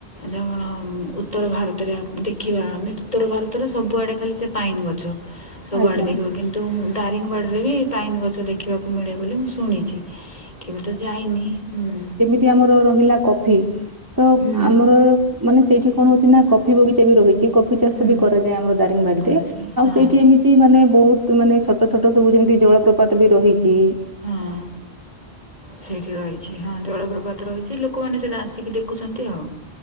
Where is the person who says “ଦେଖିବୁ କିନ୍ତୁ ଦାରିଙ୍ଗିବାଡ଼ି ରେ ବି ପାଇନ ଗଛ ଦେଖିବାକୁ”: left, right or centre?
Left